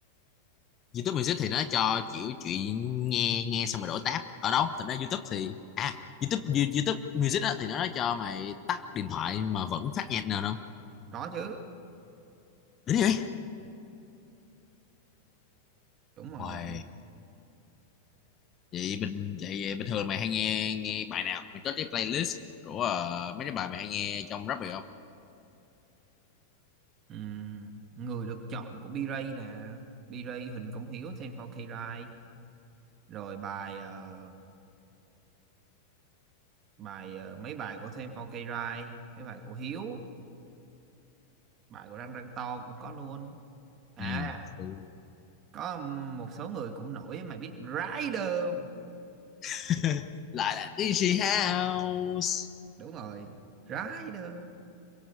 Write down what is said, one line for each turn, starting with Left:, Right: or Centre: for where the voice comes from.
Left: YouTube Music thì nó cho kiểu chuyện nghe nghe xong rồi đổi tab ở đâu thành ra YouTube thì à YouTube You- YouTube Music á thì nó cho mày tắt điện thoại mà vẫn phát nhạc nào không
Right: có chứ
Left: đúng vậy
Right: đúng rồi
Left: Uầy,
Right: mày
Left: vậy bình vậy, vậy bình thường mày hay nghe nghe bài nào mày có cái playlist của ờ, mấy cái bài mày hay nghe trong rap được không
Right: ừ. người được chọn của B-Ray nè B-Ray Huỳnh Công Hiếu 24K Rai rồi bài ờ, bài ờ, mấy bài của 24K Rai mấy bài của Hiếu bài của Đăng Đăng To cũng có luôn à
Left: ừ ừ.
Right: có một số người cũng nổi mày biết Rider không
Left: <laughs> lại là Easy House
Right: đúng rồi Rider